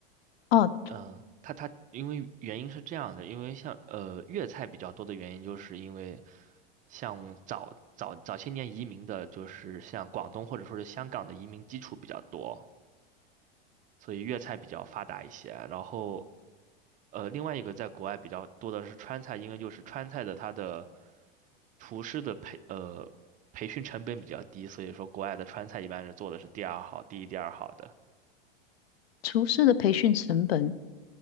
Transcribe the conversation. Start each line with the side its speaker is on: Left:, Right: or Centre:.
Left: 哦，
Right: 嗯、它它因为原因是这样的，因为像呃粤菜比较多的原因，就是因为像早早早些年移民的，就是像广东或者说是香港的移民基础比较多，所以粤菜比较发达一些。然后呃，另外一个在国外比较多的是川菜，因为就是川菜的它的厨师的培呃培训成本比较低，所以说国外的川菜一般是做的是第二好、第一、第二好的。
Left: 厨师的培训成本